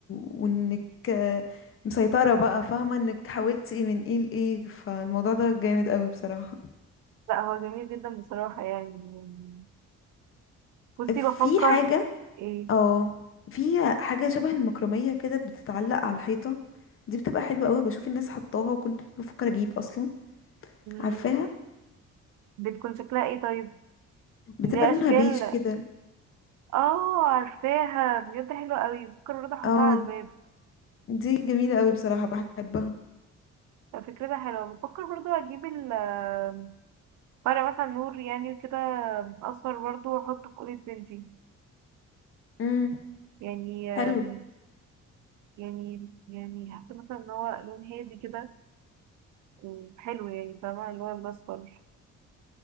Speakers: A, on the left (about 45°); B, on the right (about 75°).
A: وانك آه، مسيطره بقى فاهمه انك حاولتي من ايه لايه فالموضوع ده جامد قوي بصراحه
B: لا هو جميل جدا بصراحة يعني بصي
A: في
B: بفكر
A: حاجه
B: ايه
A: اه في حاجه شبه المكرميه كده بتتعلق على الحيطه دي بتبقى حلوة قوي بشوف الناس حطاها وكنت بفكر اجيب اصلا
B: مم،
A: عارفاها
B: بتكون شكلها ايه طيب
A: بتبقى
B: ليه
A: لونها
B: اشكال
A: بيج كده
B: اه عارفاها بجد حلوة قوي بفكر برضه احطها
A: اه
B: على الباب
A: دي جميلة قوي بصراحة بحبها
B: فكرتها حلوة بفكر برضو اجيب ال آه، فرع مثلا نور يعني كده اصفر برضو واحطه في اوضة بنتي
A: امم
B: يعني آم،
A: حلو
B: يعني يعني حاسة مثلا ان هو لون هادي كده وحلو يعني فاهمة اللي هو الاصفر